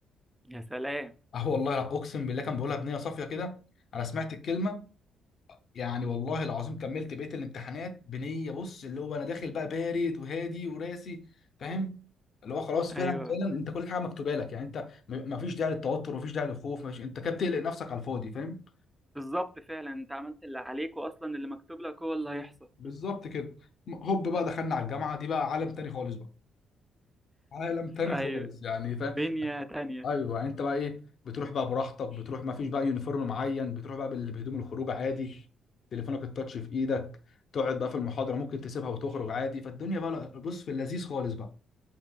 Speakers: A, in the centre; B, on the left.
A: يا سلام
B: اه والله اقسم بالله كان بيقولها بنيه صافيه كده انا سمعت الكلمه يعني والله العظيم كملت بقية الامتحانات بنية بص اللي هو انا داخل بقى بارد وهادي وراسي فاهم اللي هو خلاص فعلا
A: ايوه
B: فعلا انت كل حاجة مكتوبة لك يعني انت م- مفيش داعي للتوتر مفيش داعي للخوف مفيش انت كده بتقلق نفسك على الفاضي فاهم
A: بالظبط فعلا انت عملت اللي عليك واصلا اللي مكتوب لك هو اللي هيحصل
B: بالظبط كده هوب بقى دخلنا على الجامعة دي بقى عالم تاني خالص بقى عالم تاني
A: ايوه
B: خالص يعني فاهم
A: دنيا تانية
B: ايوه يعني انت بقى ايه بتروح بقى براحتك بتروح ما فيش بقى يونيفورم معين بتروح بقى بال- بهدوم الخروج عادي تليفونك التاتش في ايدك تقعد بقى في المحاضره ممكن تسيبها وتخرج عادي فالدنيا بقى لا- بص في اللذيذ خالص بقى